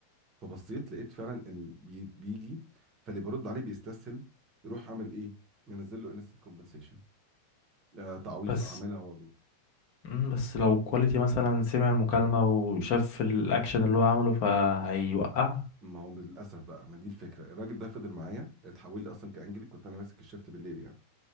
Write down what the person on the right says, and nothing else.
فبصيت لقيت فعلا ان بي- بيجي فاللي برد عليه بيستسهل يروح عامل ايه منزل له انستنت كومبنسيشن آه تعويض
بقى عامل عوضه
ما هو للاسف بقى ما دي الفكره الراجل ده فضل معايا اتحول لي اصلا كانجلي كنت انا ماسك الشيفت بالليل يعني